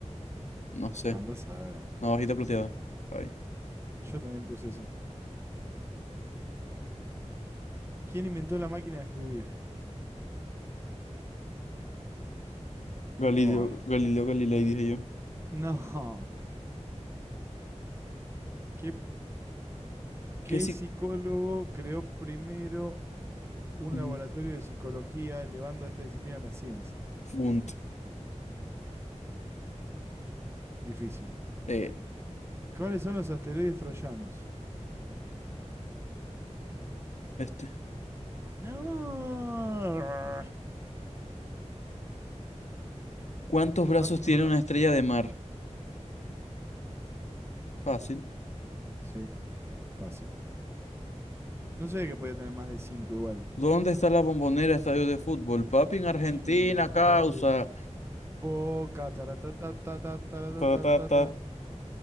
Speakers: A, on the left (about 75°); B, on the right (about 20°).
A: No sé,
B: Andás a ver.
A: navajita plateada. Ay.
B: Yo también puse eso. ¿Quién inventó la máquina de escribir?
A: Galileo,
B: Oh,
A: Galileo Galilei, dije yo.
B: no. ¿Qué, qué
A: ¿Qué si...
B: psicólogo creó primero un
A: mm,
B: laboratorio de psicología elevando esta disciplina a la ciencia.
A: Bunt.
B: Difícil.
A: Eh,
B: ¿Cuáles son los asteroides troyanos?
A: este.
B: No.
A: ¿Cuántos brazos
B: ¿Cuántos
A: tiene
B: brazos?
A: una estrella de mar? Fácil.
B: Sí, fácil. No sé que podía tener más de cinco igual.
A: ¿Dónde está la bombonera estadio de fútbol? Papi, en Argentina,
B: En China,
A: causa.
B: obvio. Boca, taratatatatatatata.
A: Ta, ta, ta.